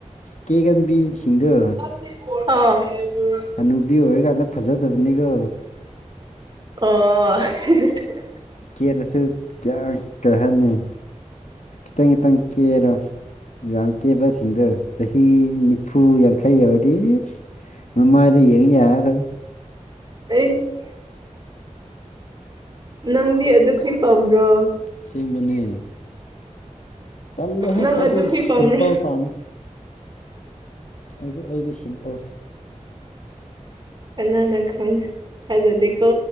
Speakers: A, on the left (about 70°); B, on the right (about 35°).
A: ꯀꯦꯒꯟꯕꯤꯁꯤꯡꯗꯣ
B: ꯑ <unintelligible>
A: ꯍꯅꯨꯕꯤ ꯑꯣꯏꯔꯀꯥꯟꯗ ꯐꯖꯗꯕꯅꯤꯀꯣ
B: ꯑꯣ <unintelligible>
A: ꯀꯦꯔꯁꯨ <inaudible> ꯀꯩ ꯍꯥꯏꯅꯤ ꯈꯤꯇꯪ ꯈꯤꯇꯪ ꯀꯦꯔꯣ ꯌꯥꯝ ꯀꯦꯕꯁꯤꯡꯗꯣ ꯆꯍꯤ ꯅꯤꯐꯨ ꯌꯥꯡꯈꯩ ꯌꯧꯔꯗꯤ ꯏꯁ ꯃꯃꯥꯏꯗꯣ ꯌꯦꯡ ꯌꯥꯔꯔꯣꯏ
B: ꯑꯩꯁ <inaudible> ꯅꯪꯗꯤ ꯑꯗꯨꯈꯨꯏ ꯄꯥꯝꯕ꯭ꯔꯣ
A: ꯑꯁꯦꯡꯕꯅꯦ ꯇꯜꯂꯦꯍꯦ
B: ꯅꯪ
A: ꯍꯥꯏꯗꯤ
B: ꯑꯗꯨꯈꯣꯏ ꯄꯥꯝꯕ꯭ꯔꯣ
A: ꯁꯤꯝꯄꯜ ꯄꯥꯝꯃꯦ ꯑꯩ ꯑꯩꯗꯤ ꯁꯤꯝꯄꯜ
B: ꯀꯅꯥꯅ ꯈꯪ ꯊꯥꯖꯗꯦꯀꯣ